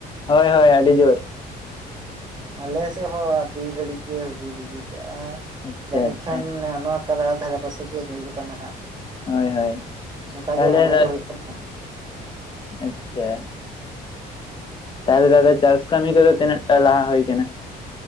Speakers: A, on the left (about 30°); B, on the right (about 25°).
A: ᱦᱳᱭ ᱦᱳᱭ ᱟᱹᱰᱤ ᱡᱳᱨ
B: ᱟᱞᱮ ᱥᱮᱫ ᱦᱚᱸ ᱟᱹᱰᱤ ᱜᱷᱟᱹᱲᱤᱡ ᱜᱮ ᱦᱩᱰᱩᱨ ᱵᱤᱡᱽᱞᱤ ᱠᱟᱜ-ᱟ
A: ᱟᱪᱪᱷᱟ
B: ᱡᱟᱹᱱᱤᱡ
A: ᱟᱪᱪᱷᱟ
B: ᱠᱷᱟᱱ ᱱᱚᱣᱟ ᱚᱠᱟ ᱫᱷᱟᱨᱮ ᱯᱟᱥᱮ ᱜᱮ ᱧᱩᱨ ᱠᱟᱱᱟ ᱦᱟᱸᱜ
A: ᱦᱳᱭ ᱦᱳᱭ
B: ᱚᱱᱠᱟ
A: ᱛᱟᱦᱚᱞᱮ
B: ᱜᱮ ᱢᱚᱱᱮ
A: ᱫᱟ
B: ᱫᱚ ᱦᱩᱭᱩᱜ ᱠᱟᱱᱟ
A: ᱟᱪᱪᱷᱟ ᱛᱟᱦᱚᱞᱮ ᱫᱟᱫᱟ ᱪᱟᱥ ᱠᱟᱹᱢᱤ ᱠᱚᱫᱚ ᱛᱤᱱᱟᱹᱜ ᱴᱟ ᱞᱟᱦᱟ ᱦᱩᱭ ᱟᱠᱟᱱᱟ